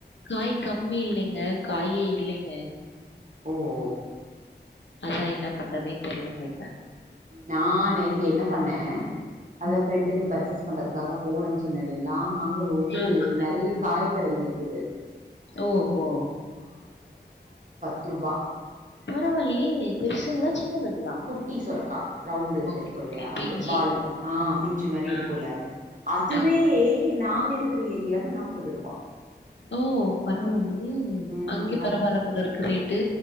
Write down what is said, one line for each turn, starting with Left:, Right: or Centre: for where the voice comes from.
Left: காய் கம்மி இல்லைங்க காயே இல்லைங்க
Right: ஓ ஓ
Left: அதா என்ன பண்றனே தெரியலங்க இப்ப
Right: நா நேத்து என்ன பண்ணே அத
Left: ம்.
Right: ஃப்ரெண்டுக்கு பர்ச்சேஸ் பண்றதுக்காக போகணும்ன்னு சொன்னேல யா அங்க வந்து
Left: ஆமா.
Right: நெறைய காய் கடைங்க இருக்குது
Left: ஓஹோ
Right: பத்ரூபா
Left: பரவால்லயே! பெருசுங்களா? சின்னதுங்களா?
Right: குட்டி சுரக்கா ரவுண்டு
Left: ஓகே,
Right: இருக்கு
Left: ஓகே.
Right: இல்லையா
Left: பிஞ்சி.
Right: அது பால் ஆ பிஞ்சு மாரி
Left: ஆ
Right: இருக்கும்ல அது அதுவே
Left: ஓகே.
Right: நாங்க இருக்கிற ஏரியால நாற்பது ரூபா
Left: ஓ பரவாயில்லையே
Right: ம்
Left: அங்கே
Right: அ
Left: பரவாயில்ல போலருக்கு ரேட்டு